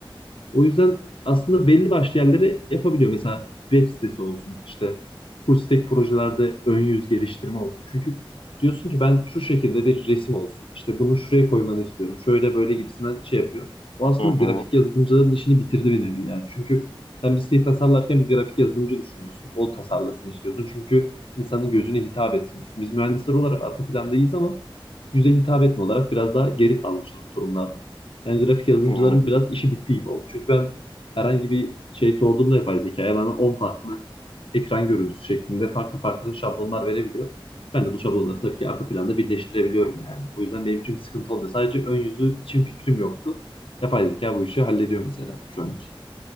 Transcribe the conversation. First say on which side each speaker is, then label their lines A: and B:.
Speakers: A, on the left; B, on the left.
A: O yüzden aslında belli başlı yerlere yapabiliyor. Mesela web sitesi olsun, işte full stack projelerde ön yüz geliştirme olsun. Çünkü diyorsun ki ben şu şekilde bir resim olsun, işte bunu şuraya koymanı istiyorum, şöyle böyle gibisinden şey yapıyor. O aslında
B: Hı hı.
A: grafik yazılımcıların işini bitirdi bir nevi yani. Çünkü sen bir siteyi tasarlarken bir grafik yazılımcı düşünüyorsun. O tasarlasın istiyorsun. Çünkü insanın gözüne hitap etsin diyorsun. Biz mühendisler olarak arka plandayız ama yüze hitap etme olarak biraz daha geri kalmışız bu durumlarda. Yani grafik yazılımcıların
B: Hı hı.
A: biraz işi bitti gibi oldu. Çünkü ben herhangi bir şey sorduğumda yapay zekaya bana 10 farklı ekran görüntüsü şeklinde farklı farklı şablonlar verebiliyor. Ben de bu şablonları tabii ki arka planda birleştirebiliyorum yani. O yüzden benim için bir sıkıntı olmuyor. Sadece ön yüzü için fikrim yoktu. Yapay zeka bu işi hallediyor mesela şu an için.